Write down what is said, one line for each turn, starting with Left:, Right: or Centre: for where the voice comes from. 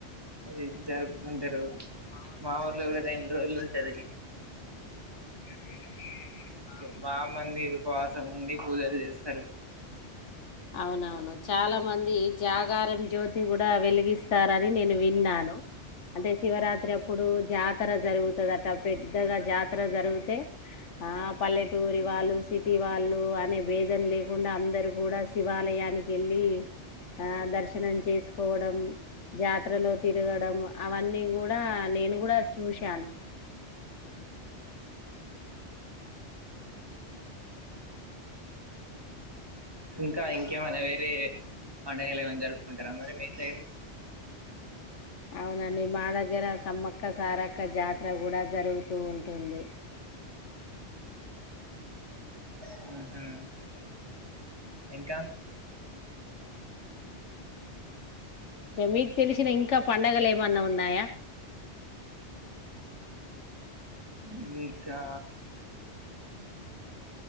Right: ఇది జరుపుకుంటారు
Left: మాేడంటకా
Right: మా ఊర్లో కూడా రెండు రోజులు ఉంటది
Left: దేవకి మా
Right: బా మంది ఉపవాసం ఉండి పూజలు చేస్తారు
Left: అవునవును చాలా మంది జాగారం జ్యోతి కూడా వెలిగిస్తారని నేను విన్నాను అంటే శివరాత్రి అప్పుడు జాతర జరుగుతుందట పెద్దగా జాతర జరిగితే ఆ పల్లెటూరి వాళ్ళు సిటీ వాళ్ళు అనే వేదన లేకుండా అందరు కూడా శివాలయానికి వెళ్ళి ఆ దర్శనం చేసుకోవడం జాతరలో తిరగడం అవన్నీ కూడా నేను కూడా చూశాను
Right: ఇంకా ఇంకేమన్నా వేరే పడుగలు ఏమైనా జరుపుకుంటారా మరి మీ సైడ్
Left: అవునండి మా దగ్గర సమ్మక్క సారక్క జాతర కూడా జరుగుతూ ఉంటుంది
Right: ఆహ ఇంకా
Left: అే మీకు తెలిసిన ఇంకా పండగలు ఏమన్నా ఉన్నాయా
Right: ఉ ఇంకా